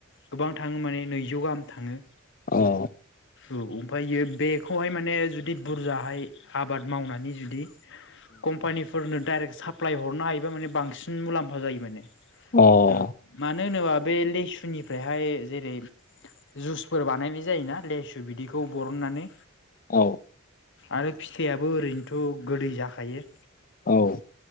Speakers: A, on the left; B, on the left.
A: गोबां थाङो माने नैजौ गाहाम थाङो।
B: अ औ
A: औ ओमफ्रायो बेखौहाय माने जुदि बुरजाहाय आबाद मावनानै जुदि कम्पानिफोरनो डाइरेक्ट साप्लायइ हरनो हायोबा मान बां सिन मुलाम्फा जायो माने‌
B: औ
A: ओ मा नो होनोबा बे लेसुनिफ्रायहाय जेरै जुसफोर बानायनाय जायोना‌ लेसु बिदैखौ बरननानै?
B: अ
A: आरो फिथाइयाबो ओरैनोथ' गोदै जाखायो।
B: औ